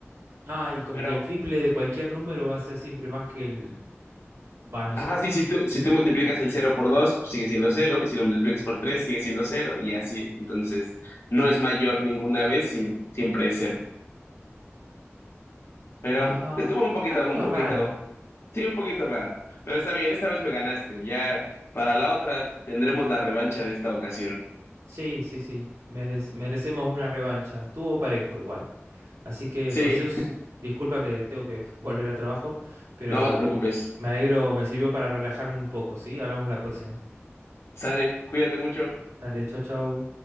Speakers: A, on the right; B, on the left.
A: Ah, y como
B: Pero,
A: que el triple de cualquier número va a ser siempre más que el... Va, no
B: ajá,
A: sé.
B: sí, si tú, si tú multiplicas el cero por dos, pues sigue siendo cero, y si lo multiplicas por tres, sigue siendo cero, y así. Entonces, no es mayor ninguna vez, sino siempre es cero. Pero
A: Ajá.
B: estuvo un poquito,
A: Está medio
B: un poquito,
A: rara.
B: sí, un poquito rara. Pero está bien, esta vez me ganaste. Ya para la otra tendremos la revancha de esta ocasión.
A: Sí, sí, sí, merec- merecemos una revancha. Estuvo parejo igual. Así que,
B: Sí,
A: Jesús, disculpa que tengo que <laughs> volver al trabajo,
B: <laughs>
A: pero
B: no te preocupes.
A: me alegro, me sirvió para relajarme un poco, ¿sí? Hablamos la próxima.
B: Sale, cuídate mucho.
A: Dale, chau, chau.